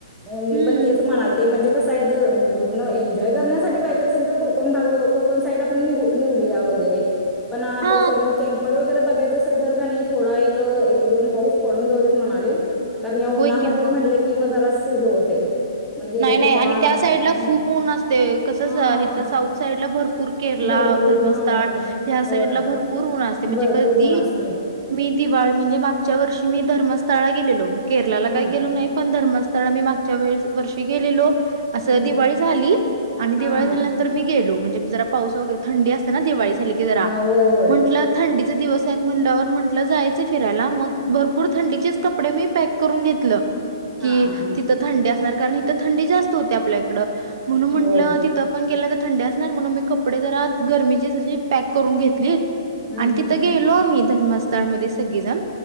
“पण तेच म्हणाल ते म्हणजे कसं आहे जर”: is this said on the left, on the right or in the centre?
Centre